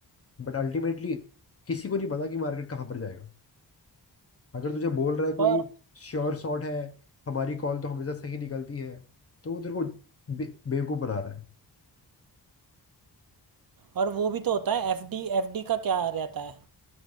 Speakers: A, on the left (about 35°); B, on the right (about 55°).
A: बट अल्टीमेटली किसी को नहीं पता कि मार्केट कहाँ पर जाएगा अगर तुझे बोल रहा है कोई
B: और
A: श्योर शॉट है हमारी कॉल तो हमेशा सही निकलती है तो वो तेरे को बे, बेवकूफ बना रहा है
B: और वो भी तो होता है एफडी एफडी का क्या रहता है